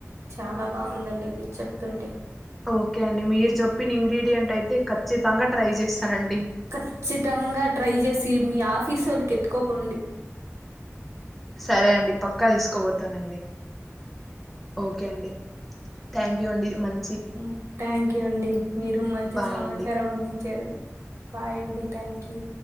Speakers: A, on the right; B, in the centre.
A: చాలా బాగుందండి మీరు చెప్తుంటే
B: ఓకే అండి మీరు చెప్పిన ఇంగ్రీడియంట్ అయితే ఖచ్చితంగా ట్రై చేస్తానండి
A: ఖచ్చితంగా ట్రై చేసి మీ ఆఫీస్ వోళ్ళకి ఎత్కోబోండి
B: సరే అండి పక్కా తీసుకబోతానండి ఓకే అండి థ్యాంక్ యూ అండి మం
A: మ్ థ్యాంక్ యూ అండి మీరు మంచి
B: బాయ్
A: సమాచారం
B: అండి
A: అందించారు బాయ్ అండి థ్యాంక్ యూ